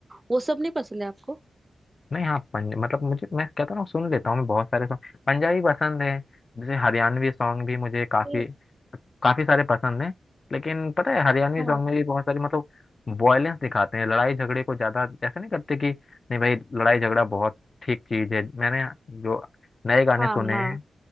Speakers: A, on the right; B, on the left.
A: वो सब नहीं पसंद है आपको
B: नहीं हाँ पंज मतलब मुझे मैं कहता हूँ सुन लेता हूँ मैं बहुत सारे सॉन्ग पंजाबी पसंद है जैसे हरियाणवी सॉन्ग भी मुझे काफी
A: नहीं।
B: काफी सारे पसंद हैं लेकिन पता है हरियाणवी
A: हाँ
B: सॉन्ग में भी बहुत सारी मतलब वॉयलेंस दिखाते हैं लड़ाई झगड़े को ज्यादा ऐसा नहीं करते कि नहीं भाई लड़ाई झगड़ा बहुत ठीक चीज है मैंने जो नए गाने
A: हाँ
B: सुने
A: हाँ
B: हैं